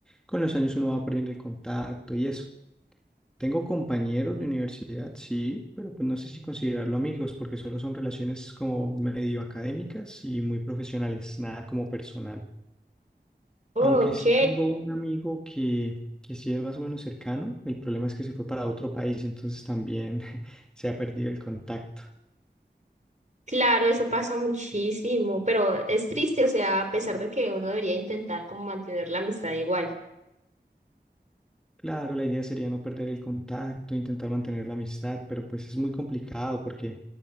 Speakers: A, in the centre; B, on the right.
A: con los años uno va perdiendo el contacto y eso. Tengo compañeros de universidad, sí, pero pues no sé si considerarlo amigos porque solo son relaciones como medio académicas y muy profesionales, nada como personal.
B: Ok,
A: Aunque sí tengo un amigo que, que sí es más o menos cercano, el problema es que se fue para otro país, entonces también <laughs> se ha perdido el contacto.
B: claro, eso pasa muchísimo, pero es triste, o sea, a pesar de que uno debería intentar como mantener la amistad igual.
A: Claro, la idea sería no perder el contacto, intentar mantener la amistad, pero pues es muy complicado porque